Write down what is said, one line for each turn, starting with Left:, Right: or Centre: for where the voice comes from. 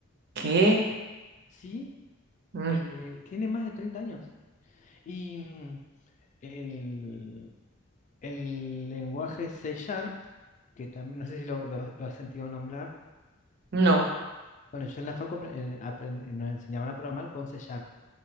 Right: ¿Qué?
Left: Sí,
Right: Mm,
Left: el, eh, tiene más de 30 años. Y mm, el, el lenguaje C Sharp, que también no sé si lo, lo, lo has sentido nombrar,
Right: no,
Left: Bueno, yo en la facu apre- eh, apren- eh, nos enseñaban a programar con C Sharp,